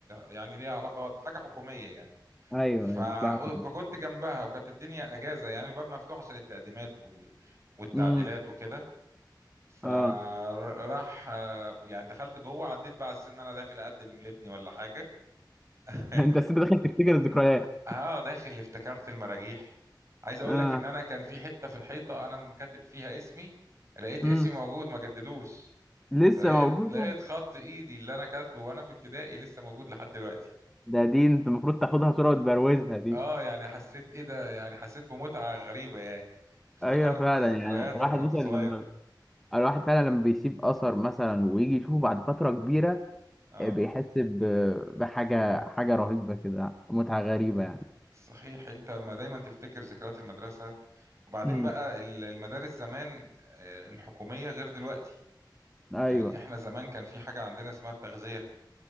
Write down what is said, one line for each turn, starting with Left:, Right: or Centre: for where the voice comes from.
Right: يعني ليها علاقه حاجه حكوميه يعني
Centre: ايوه
Right: ف-
Centre: ايوه مصلحه
Right: وكنت
Centre: فيه
Right: جنبها وكانت الدنيا اجازه يعني الباب مفتوح عشان التقديمات وال... والتعديلات
Centre: امم
Right: وكده اه فراح
Centre: اه
Right: يعني دخلت جوه عديت بقى على اساس ان انا داخل اقدم لابني ولا حاجه <laughs>
Centre: <laughs> انت أصل انت داخل تفتكر الذكريات
Right: اه داخل افتكرت المراجيح عايز اقول
Centre: اه
Right: لك ان انا كان في حته في الحيطه انا مكاتب فيها اسمي لقيت
Centre: امم
Right: اسمي موجود ما جددوش
Centre: لسه
Right: فلقيت
Centre: موجوده
Right: لقيت خط ايدي اللي انا كاتبه وانا في ابتدائي لسه موجود لحد دلوقتي
Centre: ده دي انت المفروض تاخدها صوره وتبروزها دي
Right: اه يعني حسيت ايه ده يعني حسيت بمتعة غريبة يعني افتكرت
Centre: ايوه فعلا
Right: ذكريات
Centre: يعني الواحد
Right: لما كنت
Centre: مثلا
Right: صغير
Centre: لما الواحد فعلا لما بيسيب اثر مثلا ويجي يشوفه بعد فتره كبيره
Right: اه
Centre: آه، بيحس ب- بحاجه حاجه رهيبه كده متعه غريبه يعني
Right: صحيح انت ما دايما تفتكر ذكريات المدرسة وبعدين
Centre: مم.
Right: بقى ال- المدارس زمان آه، الحكومية غير دلوقتي
Centre: ايوه
Right: يعني احنا زمان كان في حاجة عندنا اسمها التغذية